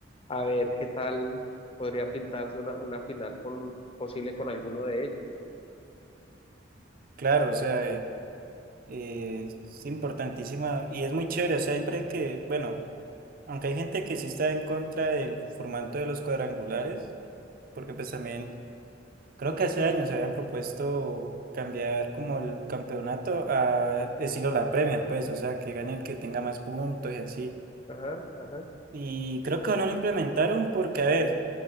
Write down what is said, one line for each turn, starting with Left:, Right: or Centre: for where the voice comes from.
Left: a ver qué tal podría pintarse una, una final con, posible con alguno de ellos.
Right: Claro, o sea, eh, eh, es importantísima y es muy chévere, o sea, siempre que, bueno, aunque hay gente que sí está en contra del formato de los cuadrangulares, porque pues también Creo que hace años se habían propuesto cambiar como el campeonato a estilo la Premier, pues, o sea, que gane el que tenga más puntos y así.
Left: Ajá, ajá,
Right: Y creo que no lo implementaron porque, a ver,